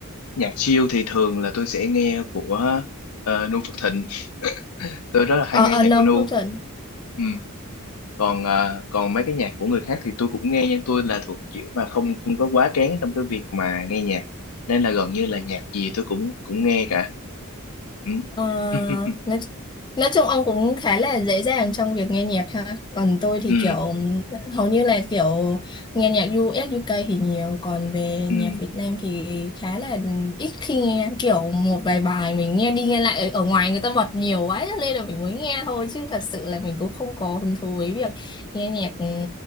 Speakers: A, on the left (about 85°); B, on the left (about 20°).
A: Nhạc chill thì thường là tôi sẽ nghe của uh, Nu Phước Thịnh. Tôi rất là hay
B: Ờ
A: nghe
B: ờ
A: nhạc
B: no
A: của Nu.
B: không
A: Ừ. còn ờ, còn mấy cái nhạc của người khác thì tôi cũng nghe nhưng tôi là thuộc kiểu mà không không có quá kén trong cái việc mà nghe nhạc nên là gần như là nhạc gì tôi cũng cũng nghe cả ừ.
B: Ờ,
A: <laughs>
B: nói, nói chung ông cũng khá là dễ dàng trong việc nghe nhạc ha. Còn tôi thì
A: ừ
B: kiểu hầu như là kiểu nghe nhạc u ét u UK thì nhiều, còn về
A: ừ
B: nhạc Việt Nam thì khá là ít khi nghe kiểu một vài bài mình nghe đi nghe lại ở, ở ngoài người ta bật nhiều quá cho nên là mình mới nghe thôi chứ thật sự là mình cũng không có hứng thú với việc nghe nhạc ừ,